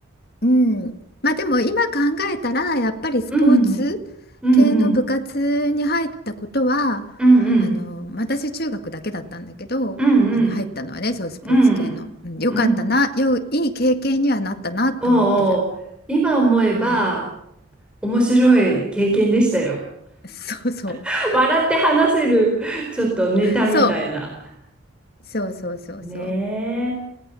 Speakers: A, on the left; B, in the centre.
A: うん。まあでも今考えたら、やっぱりスポーツ系の部活に入ったことは、
B: うんうんうんうんうん
A: あの、私中学だけだったんだけど、
B: うんうん
A: あの入ったのはね、そうスポーツ系の。
B: うんうんうん
A: うん、よかったな、よ、いい経験にはなったなと思ってる。
B: おうおう、今思えば
A: うん。
B: 面白い経験でしたよ。
A: そう。<laughs> そうそう。
B: <laughs> 笑って話せる、ちょっとネタみたいな。
A: そう。そうそうそうそう。
B: ねえ。